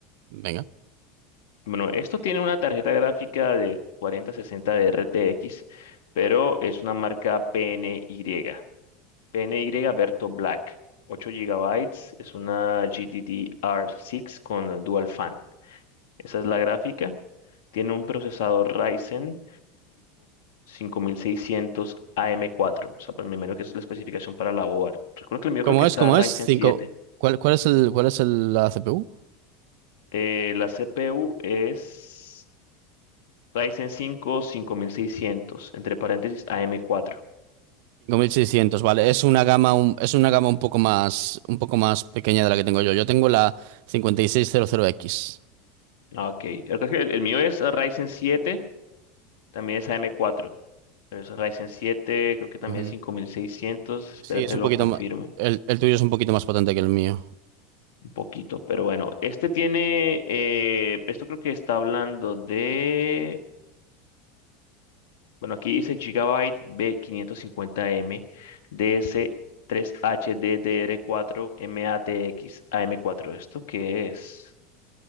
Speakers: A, on the right; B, on the left.
A: Venga.
B: Bueno, esto tiene una tarjeta gráfica de 4060 de RTX, pero es una marca PNY. PNY Berto Black, 8 gigabytes, es una GDDR6 con Dual Fan. Esa es la gráfica. Tiene un procesador Ryzen 5 5600 am cuatro. O sea, pues me imagino que esa es la especificación para la board. Recuerdo que el mío
A: ¿Cómo
B: creo que
A: es?
B: es
A: ¿Cómo
B: a Ryzen
A: es? Cinco,
B: 7.
A: ¿cuál, cuál es el, cuál es el, la CPU?
B: Eh, la CPU es Ryzen cinco cinco mil seiscientos entre paréntesis am cuatro.
A: seiscientos, vale, es una gama un, es una gama un poco más un poco más pequeña de la que tengo yo. Yo tengo la cincuenta y seis cero cero x
B: Ah, Ok, creo que el el mío es Ryzen 7, también es am cuatro. Pero es un Ryzen siete creo que también
A: Ujú.
B: es cinco mil seiscientos espérate
A: Sí, es un
B: lo
A: poquito
B: confirmo
A: más, el, el tuyo es un poquito más potente que el mío.
B: un poquito, pero bueno, este tiene, eh, esto creo que está hablando de, bueno, aquí dice Gigabyte b quinientos cincuenta m D S tres H ds DS3HDDR4 MATX A M cuatro ¿esto qué es?